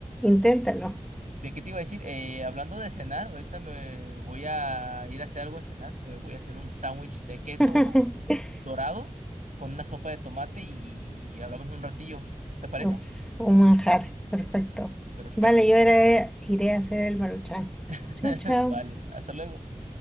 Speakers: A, in the centre; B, on the right.
A: Inténtalo.
B: ¿De qué te iba a decir? Eh, hablando de cenar, ahorita me voy a ir a hacer algo de cenar. Me voy a hacer un sándwich de queso
A: <laughs>
B: dorado con una sopa de tomate y hablamos un ratillo. ¿Te parece?
A: Uf, un manjar. Perfecto.
B: Perfecto.
A: Vale, yo iré, iré a hacer el maruchan.
B: <laughs>
A: Chao, chao.
B: Vale, hasta luego.